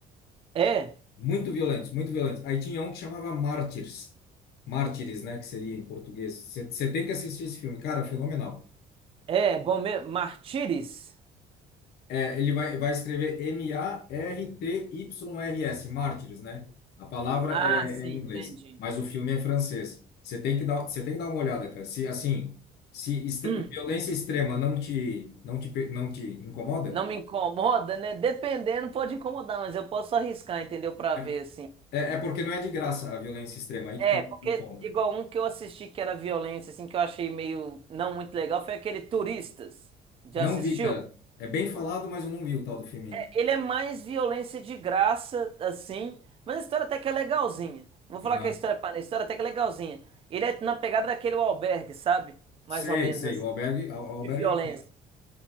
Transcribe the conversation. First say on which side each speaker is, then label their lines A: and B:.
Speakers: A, on the right; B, on the left.
A: É,
B: muito violentos, muito violentos. Aí tinha um que chamava Mártires. Mártires, né? Que seria em português. Você tem que assistir esse filme. Cara, é fenomenal.
A: é, bom mesmo. Martires?
B: É, ele vai, vai escrever M-A-R-T-Y-R-S, Mártires, né? A palavra
A: Ah,
B: é,
A: sim,
B: é em inglês,
A: entendi.
B: mas o filme é francês. Você tem que dar, você tem que dar uma olhada, cara. Se assim, se extre-
A: Hum,
B: violência extrema não te, não te, pe- não te incomoda,
A: Não me incomoda, né? Dependendo, pode incomodar, mas eu posso arriscar, entendeu? Pra
B: é,
A: ver, assim.
B: é é porque não é de graça a violência extrema. Aí
A: É,
B: que tá o
A: porque
B: ponto.
A: igual um que eu assisti que era violência, assim, que eu achei meio não muito legal, foi aquele Turistas. Já
B: Não
A: assistiu?
B: vi, cara. É bem falado, mas eu não vi o tal do filme ainda.
A: É, Ele é mais violência de graça, assim, mas a história até que é legalzinha. Vou falar
B: Aham.
A: que a história é para a história até que é legalzinha. Ele é na pegada daquele O Albergue, sabe? Mais
B: Sei,
A: ou menos
B: sei.
A: assim,
B: O Albergue, o Albergue
A: de violência.
B: é um. filme.